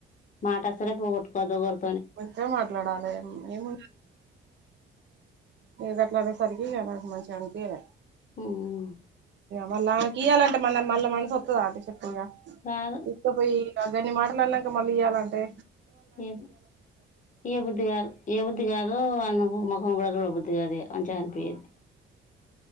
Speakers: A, on the left; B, on the right.
A: మాటసల్లే పోగొట్టుకోద్దు ఓగల్
B: మంచిగా మాట్లాడాలే ఏముంది ఇగ గట్లా అనేసరికి ఇగ నాకు మంచిగా అనిపియాలే
A: హ్మ్
B: మళ్ళీ ఆమె కీయాలంటే మన మళ్ళ నాక్ మనసొత్తదా అంటే చెప్పుగా
A: రాదు
B: తీసుకపోయి గన్ని మాటలు అన్నంక మల్లియాలంటే
A: ఎమ్ ఇయ్యిబుద్ధికాదు ఇయ్యిబుద్ధికాదు అందుకు మాక్ మొఖం కూడా చూడబుద్ధి కాదు ఇగ మంచిగనిపోయాదు